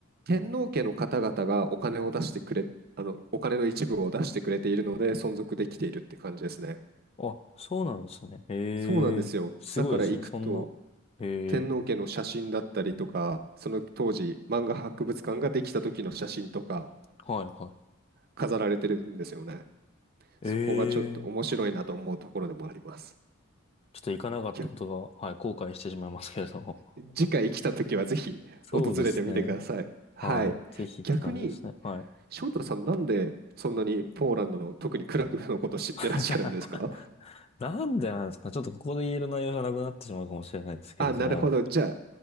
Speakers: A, on the right (about 50°); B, on the left (about 30°).
A: 天皇家の方々がお金を出してくれ、あの、お金の一部を出してくれているので存続できているって感じですね。
B: あ、そうなんですね。へえー、
A: そうなんですよ。
B: すごいですね。
A: だから行くと、
B: そんな。へえ
A: 天皇家の写真だったりとか、その当時、漫画博物館ができた時の写真とか
B: ー、はいは
A: 飾られてるんですよね。
B: い。
A: そこがちょっと面白いなと思うところでもあります。
B: ええ、ちょっと行かなかったことが、
A: 逆
B: はい、後悔してしまいますけれども。
A: 次回来た時はぜひ訪れてみてください。
B: そうですね。
A: はい。
B: はい。ぜひって感じですね。
A: 逆に、
B: はい。
A: 翔太さん、なんでそんなにポーランドの特にクラクフのこと知ってらっしゃるんですか
B: <laughs> なんでなんですかね。ちょっとここで言える内容じゃなくなってしまうかもしれないですけれども。
A: あ、なるほど。じゃ